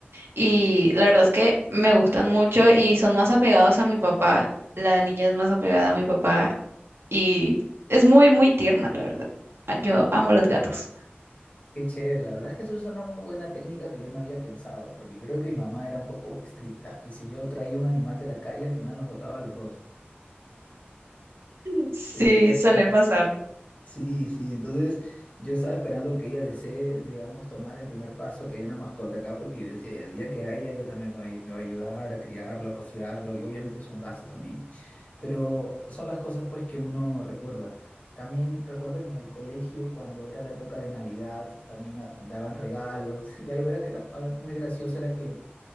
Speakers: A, on the right; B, on the left.
A: y la verdad es que me gustan mucho y son más apegados a mi papá. La niña es más apegada a mi papá y es muy, muy tierna, la verdad. Ah, Yo amo los gatos.
B: Qué chévere, la verdad es que eso es una muy buena técnica que yo no había pensado, porque creo que mi mamá era un poco estricta y si yo traía un animal de la calle, al final nos botaba a los dos.
A: <laughs> Sí,
B: Entonces,
A: suele pasar.
B: Sí, sí, entonces yo estaba esperando que ella desee, digamos, tomar el primer paso, que haya una mascota acá, porque yo decía, ya el día que haya, ella también me va, a ayu- me va a ayudar a criarlo, a pasearlo, y obviamente es un gasto también, pero son las cosas pues que uno recuerda. También recuerdo que en el colegio, cuando era la época de Navidad, también ah, daban regalos, <laughs> y algo era que era algo muy gracioso era que